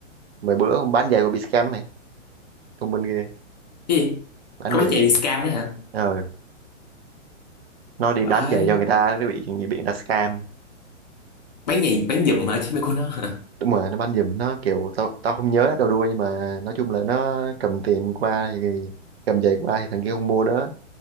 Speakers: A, on the right; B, on the left.
A: mấy bữa không bán giày của bị scam đó mày thông minh ghê
B: cái gì
A: bán
B: có bán
A: giày
B: giày
A: bị
B: bị scam nữa hả
A: ờ nó đi
B: vãi
A: bán giày cho người ta nó bị bị người ta scam
B: bán giày bán giùm hả chứ mày của nó hả
A: đúng rồi nó bán giùm nó kiểu tao tao không nhớ đầu đuôi nhưng mà nói chung là nó cầm tiền qua thì cầm giày qua thì thằng kia không mua nữa